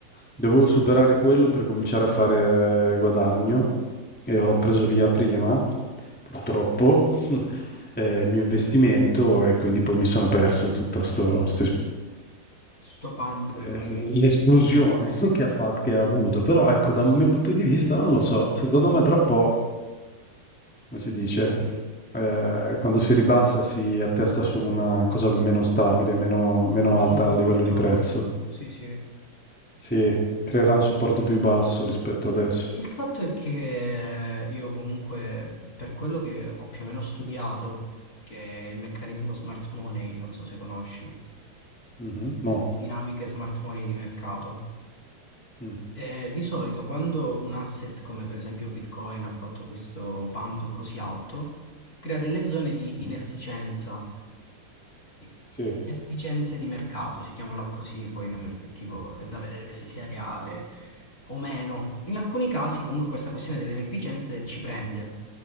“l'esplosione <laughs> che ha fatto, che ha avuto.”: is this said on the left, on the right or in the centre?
Centre